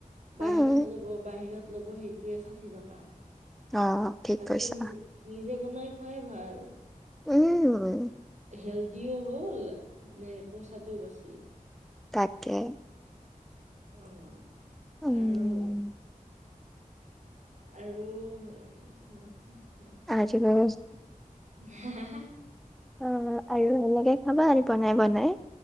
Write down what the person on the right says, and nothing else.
বাহিৰত ল'ব, বাহিৰত ল'ব হেইটোৱে ছাঠি টকা।
তাতকে
নিজে নিজে বনাই খুৱাই ভাল
হেল দিও হ'ল নে পইচাটোও বাচ
অ'
আৰু আৰু কি আছে? কথা
হা হা হা